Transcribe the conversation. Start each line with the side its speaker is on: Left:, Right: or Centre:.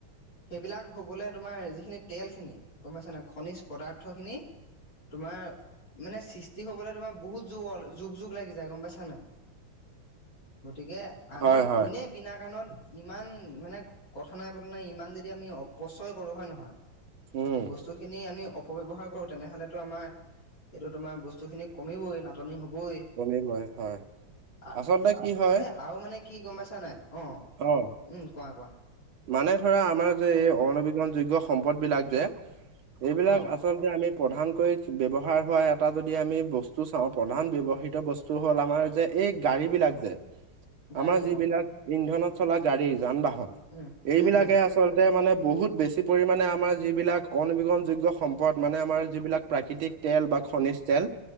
Left: সেইবিলাক হ'বলৈ তোমাৰ যিখিনি তেলখিনি গম পাইছানে! খনিজ পদাৰ্থখিনি তোমাৰ মানে সৃষ্টি হ'বলৈ তোমাৰ বহুত য যুগ-যুগ লাগি যায় গম পাইছানে নাই! গতিকে আমি
Right: হয় হয়
Left: এনেই বিনা কাৰণত ইমান মানে, কথা নাই বতৰা নাই ইমান যদি আমি অপচয় কৰোঁ হয় নহয়
Right: উম
Left: বস্তু খিনি আমি অপব্যৱহাৰ কৰো তেনেহ'লে এইটো আমাৰ এইটো তোমাৰ বস্তু খিনি কমিবই নাটনি হ'বই।
Right: কমিবই হয়।
Left: অ,
Right: আচলতে কি হয়
Left: এ আৰু মানে কি গম পাইছা নাই? অ,
Right: অ
Left: উম, কোৱা-কোৱা?
Right: মানে ধৰা, আমাৰ যে এই অনবীকৰণ যোগ্য সম্পদ বিলাক যে এইবিলাক
Left: অ
Right: আ আচলতে প্ৰধানকৈ ব্যবহাৰ হোৱা এটা যদি আমি বস্তু চাও, প্ৰধান বে <unintelligible> বস্তু হ'ল আমাৰ যে এই গাড়ী
Left: উম
Right: বিলাক যে,
Left: গাড়ী
Right: আমাৰ যিবিলাক
Left: অ
Right: ইন্ধনত চলা গাড়ী যান-বাহন,
Left: উম
Right: এইবিলাকে
Left: উম উম
Right: আচ আচলতে মানে বহুত বেছি পৰিমাণে আমাৰ যিবিলাক অনবীকৰণযোগ্য সম্পদ, মানে আমাৰ যিবিলাক প্ৰাকৃতিক তেল বা খনিজ তেল,